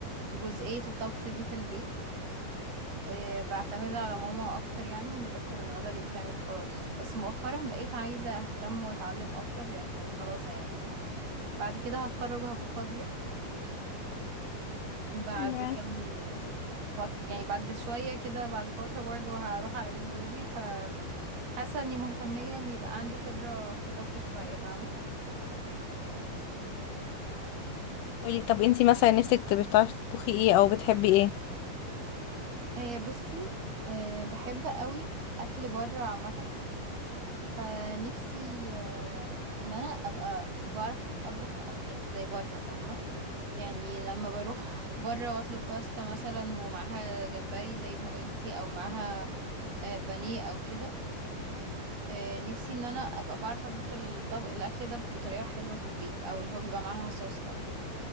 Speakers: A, on the right; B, on the left.
A: جزئية الطبخ دي في البيت آه، بعتمد على ماما اكتر يعني ان باكل الغدا اللي بيتعمل خلاص بس مؤخرا بقيت عايزه اهتم واتعلم اكتر لانه خلاص يعني انا بعد كده هتخرج وهبقى فاضيه وبعد
B: نعم.
A: كام فط... يعني بعد شويه كده بعد فتره برضه هروح على بيت جوزي فحاسه اني مهتميه ان يبقى عندي خبره في الطبخ شويه فاهمه
B: قولي طب انتي مثلا نفسك تبقي بتعرفي تطبخي ايه او بتحبي ايه
A: آه، بصي آه، بحب قوي اكل بره عامه فنفسي آه، ان انا ابقى بعرف اطبخ يعني زي بره فاهمه يعني لما بروح بره واطلب باستا مثلا ومعاها جمبري زي ما قلتي او معاها آه، بانيه او كده آه، نفسي ان انا ابقى بعرف اطبخ الطبق الاكل ده بطريقه حلوه في البيت او اللي هو بيبقى معاها صوص او كده